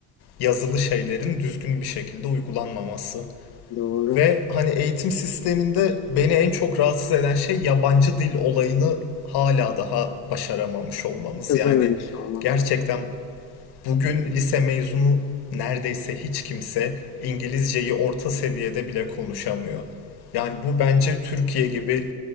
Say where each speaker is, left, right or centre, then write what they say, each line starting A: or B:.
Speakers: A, on the left; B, on the left.
A: yazılı şeylerin düzgün bir şekilde uygulanmaması.
B: Doğru.
A: Ve hani eğitim sisteminde beni en çok rahatsız eden şey yabancı dil olayını hala daha başaramamış olmamız.
B: Çözememiş
A: Yani
B: olmamız.
A: gerçekten Bugün lise mezunu neredeyse hiç kimse İngilizceyi orta seviyede bile konuşamıyor. Yani bu bence Türkiye gibi